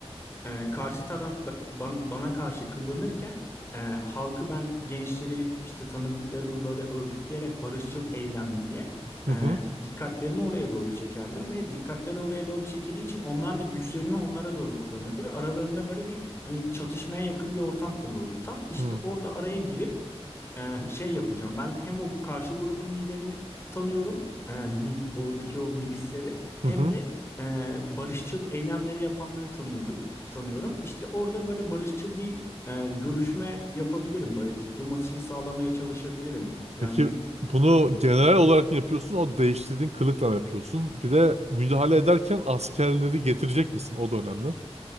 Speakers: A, on the left (about 25°); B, on the right (about 80°).
A: Ee, karşı taraf ba- ban- bana karşı kullanırken e, halkı ben gençleri işte tanıdıklarımı böyle örgütleyerek barışçıl eylem diye
B: hı
A: e,
B: hı
A: dikkatlerini oraya doğru çekerdim ve dikkatleri oraya doğru çekildiği için onlar da güçlerini onlara doğru kullanırdı ve aralarında böyle bir hani çatışmaya yakın bir ortam olurdu. Tam işte
B: hı
A: orada araya girip e, şey yapacağım. Ben hem o karşı grubun liderini tanıyorum, e, mi- oradaki o milisleri hem
B: hı
A: de e, barışçıl eylemleri yapanları tanıyordum tanıyorum. İşte orada böyle barışçıl bir e, görüşme yapabilirim. Böyle diplomasiyi sağlamaya çalışabilirim. Yani
B: Peki bunu genel olarak mı yapıyorsun? O değiştirdiğin kılıkla mı yapıyorsun? Bir de müdahale ederken askerleri getirecek misin? O da önemli.